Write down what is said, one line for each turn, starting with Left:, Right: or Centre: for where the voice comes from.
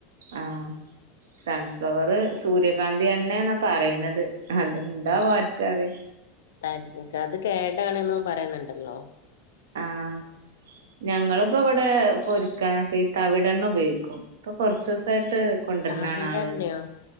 Right: ആഹ് സൺഫ്ലവറ് സൂര്യകാന്തി എണ്ണന്നാ പറയണത് അത് ണ്ടാവോ ആർക്കറിയാ
Left: തൻ ച്ചത് കേടാണുന്നും പറയുന്നുണ്ടല്ലോ
Right: ആഹ് ഞങ്ങളിപ്പോ ഇവിടെ പൊരിക്കാനൊക്കെ ഈ തവിടെണ്ണ ഉപയോഗിക്കും ഇപ്പൊ കൊറച്ചു ദെവസായിട്ട് കൊണ്ടുവരുന്നാണാ
Left: തവിടെണ്ണയോ
Right: ആള്